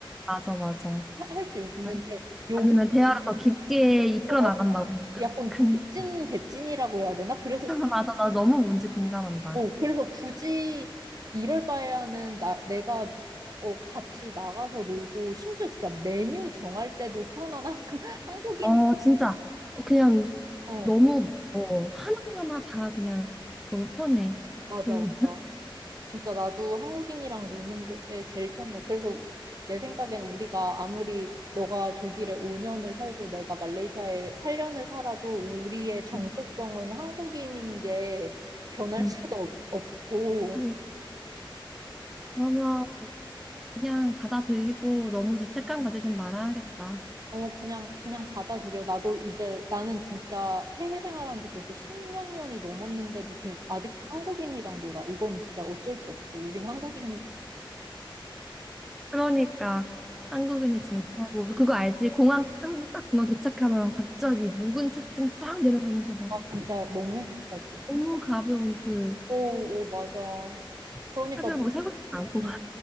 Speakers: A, in the centre; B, on the right (about 45°).
A: 맞아, 맞아.
B: 할 수 있는데
A: 아,
B: 여기서
A: 아니면 대화를 더 깊게 이끌어
B: 와서
A: 나간다고. <laughs>
B: 약간
A: 근데
B: 족진 개찐이라고 해야 되나? 그래서
A: 맞아, 나 너무 뭔지 공감한다.
B: 어, 그래서 굳이 이럴 바에야는 나, 내가 어, 같이 나가서 놀고 심지어 진짜 메뉴 정할 때도 편한 한국, <laughs> 한국인이
A: 어, 진짜. 어, 그냥
B: 어,
A: 너무 어 하나하나 다 그냥 너무 편해.
B: 맞아,
A: 그,
B: 맞아. 진짜 나도 한국인이랑 노는 게 제일 편해. 그래서 내 생각엔 우리가 아무리 너가 독일에 5년을 살고 내가 말레이시아에 8년을 살아도 우리의 정체성은
A: 음,
B: 한국인인 게 변할
A: 음.
B: 수가 없, 없고
A: 하겠지. 그러면 그냥 받아들이고 너무 죄책감 가지진 말아야겠다.
B: 어, 그냥, 그냥 받아들여. 나도 이제, 나는 진짜 해외 생활한 지 벌써 십몇 년이 넘었는데도, 그, 아직도 한국인이랑 놀아. 이건 진짜 어쩔 수 없어. 우린 한국인이,
A: 그러니까 한국인이 제일 하고 그거 알지? 공항 한국 딱 공항 도착하면 갑자기 묵은 체증 쫙 내려가면서 막
B: 아, 진짜 너무 행복하지.
A: 너무 가벼운 그
B: 오, 오, 맞아. 그러니까
A: 하지만
B: 너,
A: 거기 살고 싶지 않고
B: 음,